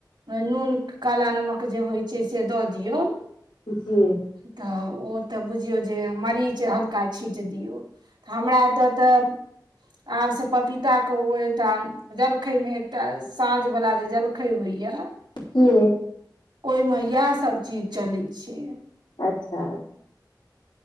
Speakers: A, on the right; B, on the left.
A: नून काला नमक जे होइ छै से द दियौ
B: जी।
A: त ओ तऽ बुझियौ जे मरीच हल्का छीट दियौ त हमरा एतय तऽ आब से पपीता कऽ ओहिठाम जलखै मे एकटा साझ वाला जे जलखै होइया
B: हू
A: ओहि मे इएह सभ चीज चलै छै
B: अच्छा।